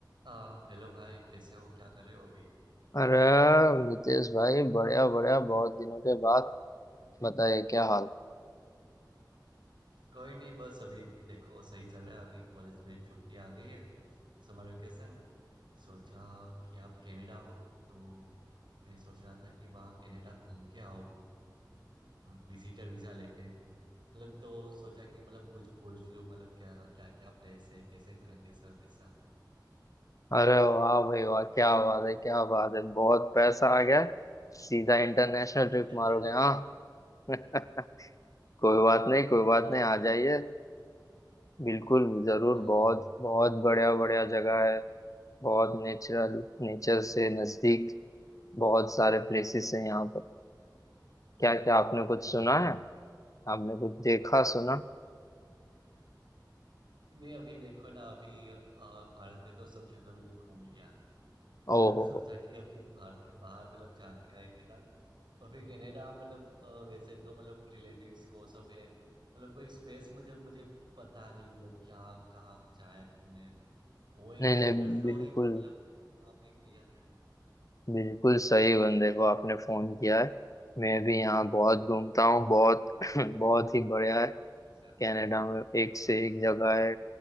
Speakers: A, on the right; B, on the left.
A: आ, hello भाई कैसे हो क्या कर रहे हो अभी
B: अरे मितेश भाई बढ़िया बढ़िया बहुत दिनों के बाद बताइए क्या हाल
A: कोई नहीं बस अभी देखो सही चल रहा है अभी कॉलेज में छुट्टी आ गई है समर वेकेशन सोचा कि आप कनाडा हो तो मैं सोच रहा था कि वहाँ कनाडा घूम के आओ विजिटर वीजा लेके मतलब तो सोचा कि मतलब कुछ पूछ लूँ मतलब क्या क्या क्या प्लेस है कैसे करेंगे सब ऐसा
B: अरे वाह भाई वाह क्या बात है क्या बात है बहुत पैसा आ गया सीधा इंटरनेशनल ट्रिप
A: <laughs>
B: मारोगे हाँ <laughs> कोई बात नहीं कोई बात
A: हाँ
B: नहीं आ
A: मतलब
B: जाइए बिल्कुल जरूर
A: हाँ
B: बहुत
A: हाँ
B: बहुत बढ़िया बढ़िया जगह है बहुत नेचुरल नेचर से नजदीक बहुत सारे प्लेसेस
A: हम्म,
B: हैं यहाँ पर क्या क्या आपने कुछ
A: हाँ
B: सुना
A: हाँ।
B: है आपने कुछ देखा सुना
A: नहीं अभी देखो ना अभी अ, भारत में तो सब जगह मैंने घूम लिया <laughs>
B: ओहो
A: सोचा कि अभी भारत के बाहर मतलब जाके के आए है ना और फिर कनाडा मतलब अ, वैसे तो मतलब रिलेटिव्स वो सब है मतलब कोई स्पेस मुझे मुझे पता नहीं मतलब क्या कहाँ जाए घूमने वो एक
B: नहीं नहीं
A: वाटर फ्लो
B: बिल्कुल
A: है कि मतलब वहाँ पे किया है
B: बिल्कुल सही बंदे को आपने फोन किया है मैं भी यहाँ बहुत
A: <laughs>
B: घूमता हूँ बहुत <clears throat> <laughs> बहुत ही बढ़िया है
A: अच्छा
B: कनाडा में एक से
A: हाँ
B: एक जगह है